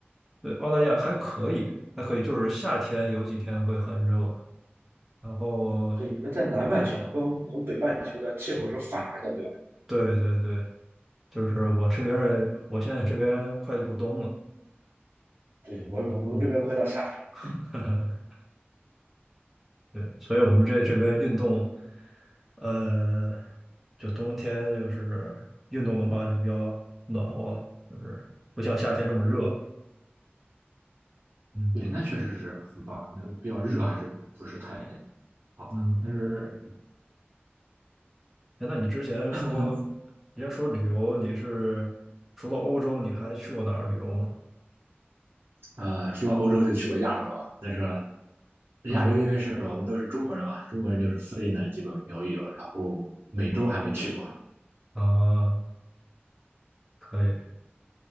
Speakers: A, in the centre; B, on the right (about 75°).
A: 呃，澳大利亚还可以，还可以，就是夏天有几天会很热，然后
B: 对，你们在南半球跟我们北半球的气候是反着的，对吧？
A: 对对对，就是我这边儿我现在这边快入冬了，
B: 对，我我们这边快到夏天了。
A: 嗯，<laughs> 对，所以我们这这边运动，呃，就冬天就是运动的话就比较暖和了，就是不像夏天这么热，嗯
B: 对，那确实是很棒，那比较热还是不是太
A: 嗯
B: 好。
A: 嗯，
B: 但是，
A: 哎，那你之前说，
B: 嗯
A: 人家说旅游，你是除了欧洲，你还去过哪儿旅游吗？
B: 呃，说到欧洲就去过亚洲了，但是
A: 嗯。
B: 亚洲因为是我们都是中国人嘛，中国人就是附近的基本游一游，然后美洲还没去过，
A: 啊，可以，